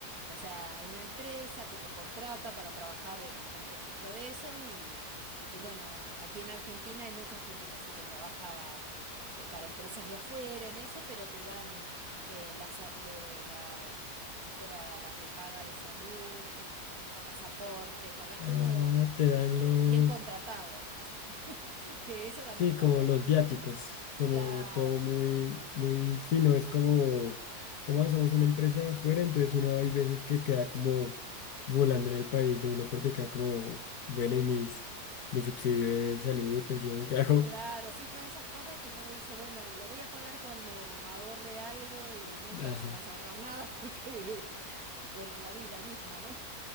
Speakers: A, on the right (about 60°); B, on the left (about 70°).
A: O sea, una empresa que te contrata para trabajar en algún proyecto de esos y, y bueno, aquí en Argentina hay mucha gente que así que trabaja eh, para empresas de afuera en eso, pero te dan eh, la, sa- lo de la- como si fuera la prepaga de salud, te eh, pagas aportes, pagas
B: Ah,
A: todo
B: te dan
A: eh,
B: los...
A: bien contratado, <laughs> que eso también
B: Sí,
A: está
B: como
A: bueno.
B: los viáticos, como
A: Claro,
B: todo muy, muy, sí, no es como, como hacemos una empresa de afuera, entonces uno hay veces que queda como volando en el país de uno porque queda como, bueno, y mis, mi subsidio de salud, pensión, ¿qué hago?
A: claro, sí, todas esas cosas que uno dice, bueno, lo voy a pagar cuando ahorre algo y nunca
B: Ajá.
A: llegas a ahorrar nada <laughs> porque, bueno, la vida misma, ¿no?